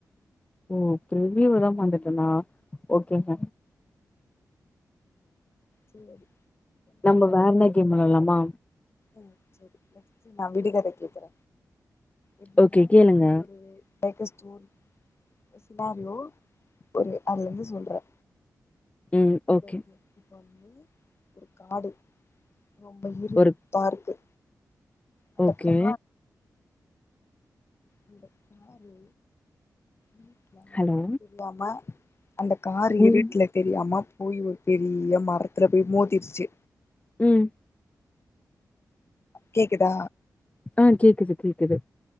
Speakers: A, on the left; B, on the left.
A: ஓ பிரிவியூவ தா மறந்துட்டேன்னா ஓகேங்க
B: செரி
A: நம்ம வேற என்ன கேம் வெல்லலாமா
B: ம் செரி நெக்ஸ்ட் நா விடுகத கேக்குற எப்டின்னா
A: ஓகே கேளுங்க
B: இது ஒரு லைக் அ ஸ்டோரி சினாரியோ ஒரு அதுலருந்து சொல்ற
A: ம் ஓகே
B: <inaudible> இப்ப வந்து ஒரு காடு ரொம்ப இரு
A: ஒரு
B: டாருக்கு அந்த
A: ஓகே
B: கா அந்த காரு இருட்ல
A: ஹலோ
B: <unintelligible> அந்த கார்
A: ம்
B: இருட்ல தெரியாம போய் ஒரு பெரிய மரத்தில போய் மோதிருச்சு
A: ம்
B: கேக்குதா
A: ஆ கேக்குது கேக்குது